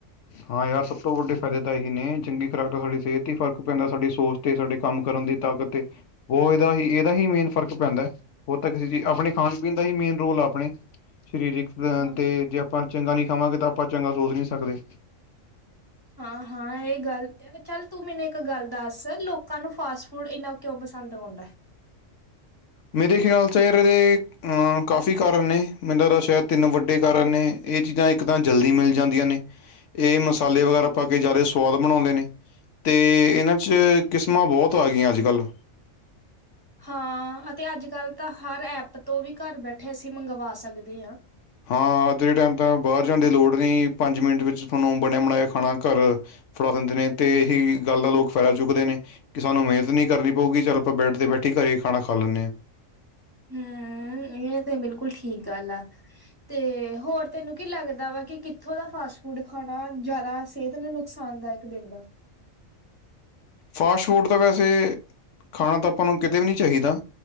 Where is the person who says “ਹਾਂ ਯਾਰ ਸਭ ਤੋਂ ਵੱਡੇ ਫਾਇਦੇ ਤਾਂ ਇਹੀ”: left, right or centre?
Left